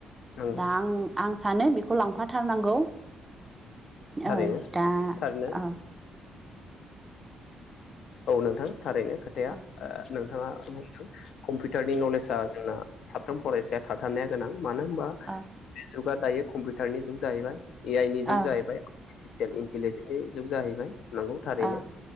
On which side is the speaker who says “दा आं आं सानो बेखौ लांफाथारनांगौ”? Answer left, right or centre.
Right